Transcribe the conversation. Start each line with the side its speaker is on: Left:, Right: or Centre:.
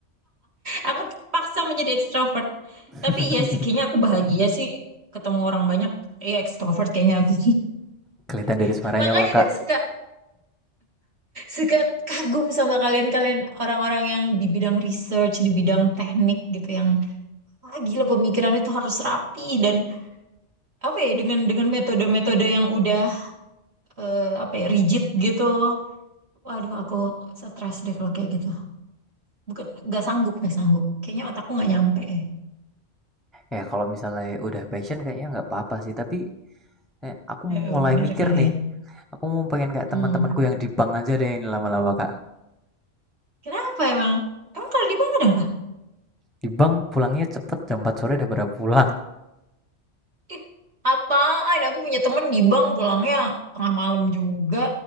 Right: aku paksa menjadi ekstrovert
Centre: <laughs>
Right: tapi iya sih kayaknya aku bahagia sih ketemu orang banyak eh ekstrovert kayaknya aku
Centre: Kelihatan dari
Right: <laughs>
Centre: suaranya
Right: makanya
Centre: kok, Kak.
Right: kan suka suka kagum sama kalian-kalian orang-orang yang di bidang research di bidang teknik gitu yang Wah, gila pemikiran itu harus rapi dan apa ya dengan dengan metode-metode yang udah eh, apa ya rigid gitu. Waduh, aku stres deh kalau kayak gitu. Bukan nggak sanggup, nggak sanggup. Kayaknya otakku nggak nyampe.
Centre: Ya kalau misalnya udah passion kayaknya nggak apa-apa sih, tapi kayak aku
Right: Ya, eh,
Centre: mulai
Right: bener
Centre: mikir
Right: kali
Centre: nih.
Right: ya.
Centre: Aku mau pengen kayak
Right: Hmm.
Centre: teman-temanku yang di bank aja deh ini lama-lama, Kak.
Right: Kenapa emang? Emang kalau di bank ada apa?
Centre: Di bank pulangnya cepet jam empat sore udah pada pulang.
Right: Ih, apaan? Aku punya temen di bank pulangnya tengah malam juga.